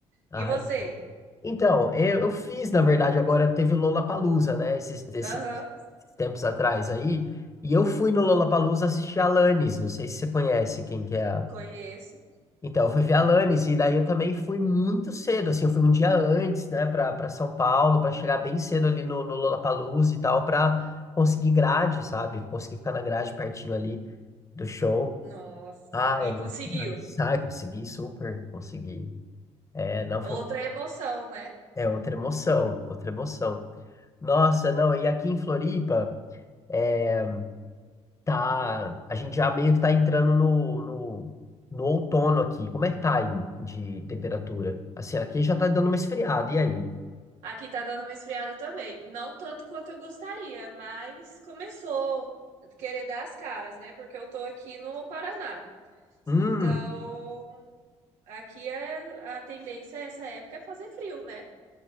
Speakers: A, on the left; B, on the right.
A: ai,
B: E você?
A: Então, eu, eu fiz, na verdade, agora teve o Lollapalooza, né? Esses, esses
B: Aham,
A: tempos atrás aí. E eu fui no Lollapalooza assistir a Alanis. Não sei se você conhece quem que é a...
B: conheço.
A: Então, eu fui ver a Alanis e daí eu também fui muito cedo, assim, eu fui um dia antes, né, para para São Paulo, para chegar bem cedo ali no, no Lollapalooza e tal, para conseguir grade, sabe? Conseguir ficar na grade pertinho ali do show.
B: Nossa,
A: Ah,
B: e
A: é muito
B: conseguiu.
A: nice. Ah, consegui, super, consegui. É, não foi,
B: Outra emoção, né?
A: é outra emoção, outra emoção. Nossa, não, e aqui em Floripa, é, tá, a gente já meio que tá entrando no, no, no outono aqui. Como é que tá aí de temperatura? Assim, aqui já tá dando uma esfriada, e aí?
B: Aqui tá dando uma esfriada também. Não tanto quanto eu gostaria, mas começou a querer dar as caras, né? Porque eu tô aqui no Paraná.
A: Hum,
B: Então, aqui é a tendência essa época é fazer frio, né?